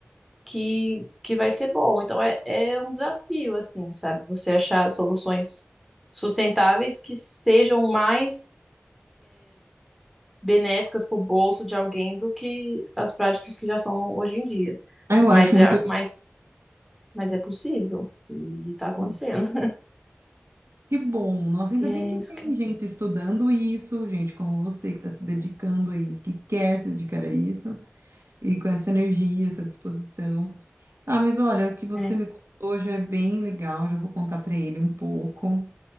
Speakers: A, in the centre; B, on the right.
A: que, que vai ser bom. Então é, é um desafio, assim, sabe? Você achar soluções sustentáveis que sejam mais benéficas para o bolso de alguém do que as práticas que já são hoje em dia.
B: Ah, Eu
A: Mas
B: acho muito
A: é, mas, mas é possível e está acontecendo.
B: lindo.
A: <laughs>
B: Que bom. Nossa, ainda
A: E
B: bem
A: é
B: que
A: isso
B: tem
A: que
B: gente estudando isso, gente como você que está se dedicando a isso, que quer se dedicar a isso, e com essa energia, essa disposição. Ah, mas olha, o que você
A: é.
B: me contou já é bem legal, já vou contar para ele um pouco.